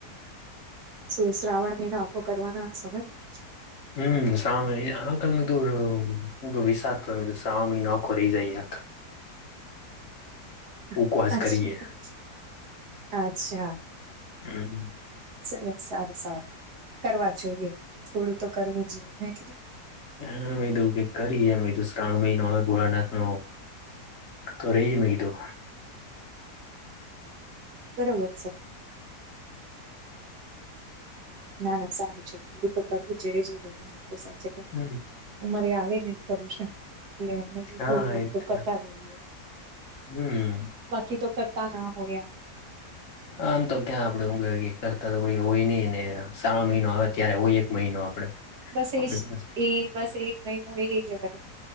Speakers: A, on the right (about 70°); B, on the left (about 50°).
A: શું શ્રાવણ મહિનો આખો કરવાના હશો ને તમે
B: હમ સામે આ કમ દૂરહો હ વિશાર કરુ છે શ્રાવણ મહિનો આખો રહી જાય
A: <unintelligible>
B: ઉપવાસ કરીએ
A: અચ્છા
B: હમ
A: સરસ સારું સારું કરવા જોઈએ થોડું તો કરવું જોઈએ હે કે
B: હા મે કીધું કઈ કરીએ શ્રાવણ મહિનો આવે ભોળાનાથ નો તો રહીએ મેં કીધું
A: બરોબર છે. ના ના સારું છે થોડું તો કરવું જોઈએ જ ઘરોમાં તો સાચે કર ને
B: હમ
A: અમારે આવે નેશન એટલે
B: હા
A: થોડી હળ
B: એ
A: તો
B: જ
A: કરતા
B: ને.
A: રહીએ
B: હમ
A: બાકી તો કરતા ના હો રહ્યા
B: આમ તો ક્યાં આપડે ઉઘ કરતા હોય હોઈની ને શ્રાવણ મહિનો આવે ત્યારે હોય એક મહિનો આપડે
A: બસ
B: આપડી પાસે
A: એ એ બસ એક મહિનો એ એ જવાય